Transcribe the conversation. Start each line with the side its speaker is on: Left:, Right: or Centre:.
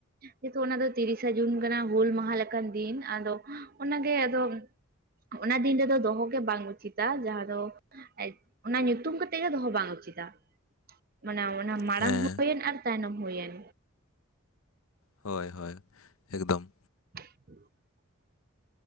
Right: ᱠᱤᱱᱛᱩ ᱚᱱᱟ ᱫᱚ ᱛᱤᱨᱤᱥ ᱥ ᱡᱩᱱ ᱠᱟᱱᱟ ᱦᱩᱞ ᱢᱟᱦᱟ ᱞᱮᱠᱟᱱ ᱫᱤᱱ ᱟᱫᱚ ᱚᱱᱟᱜᱮ ᱟᱫᱚ᱾ ᱚᱱᱟ ᱫᱤᱱ ᱨᱮᱫᱚ ᱫᱚᱦᱚ ᱜᱮ ᱵᱟᱝ ᱩᱪᱤᱛᱟ ᱡᱟᱦᱟᱸ ᱫᱚ ᱟᱡ ᱚᱱᱟ ᱧᱩᱛᱩᱢ ᱠᱟᱛᱮᱫ ᱜᱮ ᱫᱚᱦᱚ ᱵᱟᱝ ᱩᱪᱤᱛᱟ ᱢᱟᱱᱮ ᱚᱱᱟ ᱢᱟᱲᱟᱝ
Left: ᱦᱮᱸ
Right: ᱦᱩᱭᱮᱱ ᱟᱨ ᱛᱟᱭᱱᱚᱢ ᱦᱩᱭᱮᱱ᱾
Left: ᱦᱳᱭ ᱦᱳᱭ ᱮᱠᱫᱚᱢ᱾
Right: <inaudible>